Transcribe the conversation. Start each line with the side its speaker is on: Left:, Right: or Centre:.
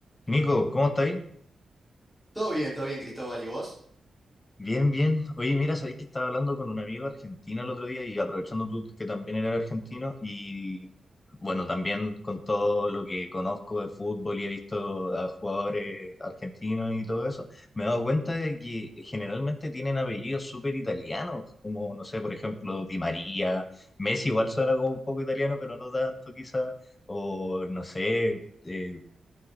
Left: Nico, ¿cómo estáis?
Centre: Todo bien, todo bien, Cristóbal, ¿y vos?
Left: Bien, bien. Oye, mira, sabéis que estaba hablando con un amigo argentino el otro día y aprovechando tú que también eres argentino y bueno, también con todo lo que conozco de fútbol y he visto a jugadores argentinos y todo eso, me he dado cuenta de que generalmente tienen apellidos súper italianos, como, no sé, por ejemplo, Di María, Messi igual suena como un poco italiano, pero no tanto quizás, o no sé. eh,